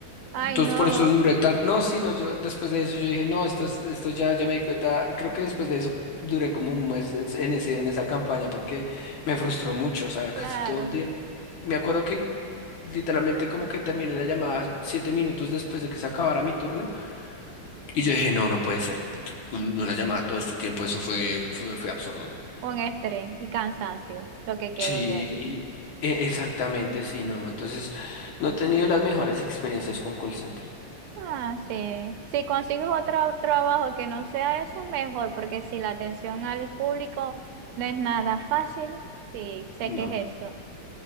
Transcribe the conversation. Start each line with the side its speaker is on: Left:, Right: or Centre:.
Right: Ay,
Left: Entonces
Right: no,
Left: por eso duré tanto. No, sino yo después de eso yo dije, no, esto, es- esto ya, ya me di cuenta. Creo que después de eso duré como un mes en en ese, en esa campaña porque me frustró mucho, o sea,
Right: claro.
Left: casi todo un día. Me acuerdo que literalmente como que terminé la llamada siete minutos después de que se acabara mi turno. Y yo dije, no, no puede ser. Una llamada todo este tiempo, eso fue, fue, fue absurdo.
Right: Un estrés y cansancio, lo que quedó
Left: Sí,
Right: de allí.
Left: e- exactamente, sí, no. Entonces, no he tenido las mejores experiencias con call center.
Right: Ah, sí. Si consigues otro trabajo que no sea eso, mejor, porque si la atención al público no es nada fácil, sí, sé
Left: No.
Right: que es eso.